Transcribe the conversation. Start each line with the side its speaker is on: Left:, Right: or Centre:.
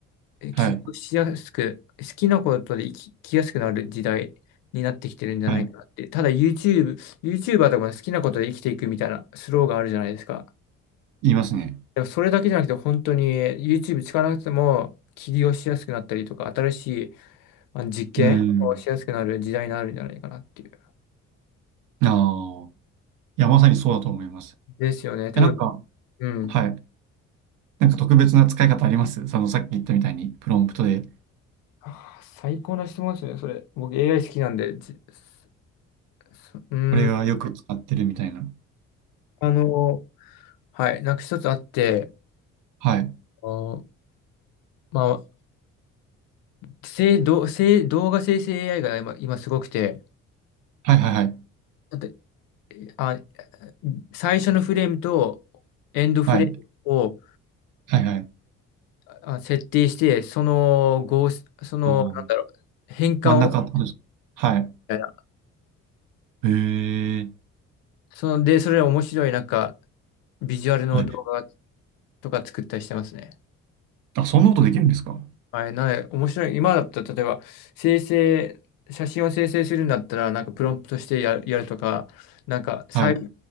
Left: え起業しやすく、
Right: はい。
Left: 好きなことで生き、生きやすくなる時代になってきてるんじゃないかなって。
Right: はい。
Left: ただ YouTube、YouTuber とかも好きなことで生きていくみたいなスローがあるじゃないですか。
Right: 言いますね。
Left: でもそれだけじゃなくて、本当に YouTube 使わなくても起業しやすくなったりとか、新しいあの実験をしやすくなる時代になるんじゃないかなっていう。
Right: うん。ああ。いや、まさにそうだと思います。
Left: ですよね。多分、
Right: え、なんか、
Left: うん。
Right: はい。なんか特別な使い方ありますその、さっき言ったみたいに、プロンプトで、
Left: あー最高な質問ですね、それ。僕 AI 好きなんで、じそそうーん、
Right: これはよく使ってるみたいな。
Left: あの、はい、なんか一つあって、
Right: はい。
Left: あのまあ、せい、ど、せい、動画生成 AI が今、今すごくて、
Right: はいはいはい。
Left: だって、あ、最初のフレームとエンドフレームを
Right: はい。はいはい。
Left: あ設定して、その合、その、
Right: おー
Left: なんだろう、変換を、
Right: 真ん中ってことです。はい。
Left: みたいな
Right: へえ。
Left: その、で、それで面白い、なんか、ビジュアルの動画
Right: あ、
Left: とか作ったりしてますね。
Right: あそんなことできるんですか
Left: はい、なので、面白い。今だったら、例えば、生成、写真を生成するんだったら、なんかプロンプトしてや、やるとか、なんか、さい、
Right: はい。